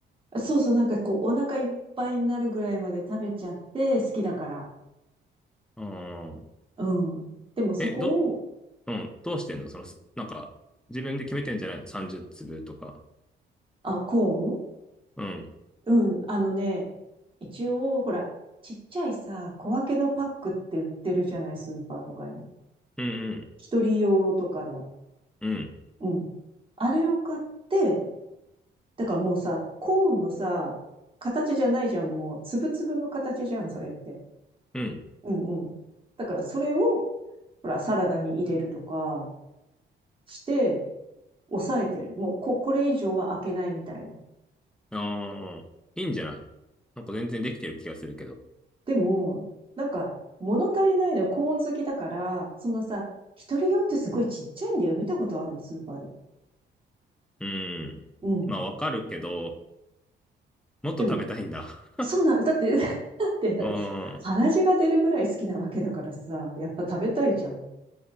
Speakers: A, on the right; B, in the centre.
A: そうそう、なんかこう、お腹いっぱいになるぐらいまで食べちゃって、好きだから。
B: うん。
A: うん。でもそこを、
B: え、ど、うん、どうしてんのその、すなんか、自分で決めてんじゃないの ?30 粒とか。
A: あ、コーン
B: うん。
A: うん、あのね、一応、ほら、ちっちゃいさ、小分けのパックって売ってるじゃない、スーパーとかに。
B: うん、うん、
A: 一人用とかの。
B: うん、
A: うん。あれを買って、だからもうさ、コーンのさ、形じゃないじゃん、もう、つぶつぶの形じゃん、それって。
B: うん。
A: うんうん。だからそれを、ほら、サラダに入れるとかして、抑えてる。もう、こ、これ以上は開けないみたいな。
B: ああ、いいんじゃないなんか全然できてる気がするけど。
A: でも、なんか、物足りないのはコーン好きだから、そのさ、一人用ってすごいちっちゃいんだよ。見たことあるスーパーで。
B: うん。
A: うん。
B: まあ、わかるけど、もっと食べたいんだ。
A: でも、
B: <laughs>
A: そうなん、だって、<laughs> だって、だって、
B: うん、
A: 鼻血が出るぐらい好きなわけだからさ、やっぱ食べたいじゃん。